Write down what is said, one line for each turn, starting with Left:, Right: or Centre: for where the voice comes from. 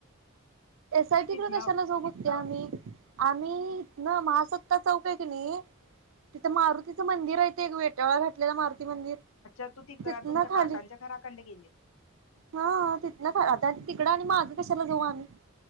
Right: एस आय टी
Left: तिथनं
Right: कडे कशाला जाऊ भक्ते आम्ही? आम्ही हितनं महासत्ता चौक हाय कनि तिथं मारुतीचं मंदिर हाय ते एक वेटाळा घाटलेला मारुती मंदिर
Left: तु तिकड
Right: तिथनं
Left: तुमच्या
Right: खाली
Left: काकांच्या घरा कंड गेलीत.
Right: हा तिथनं आता तिकडं आणि माघ कशाला जाऊ आम्ही.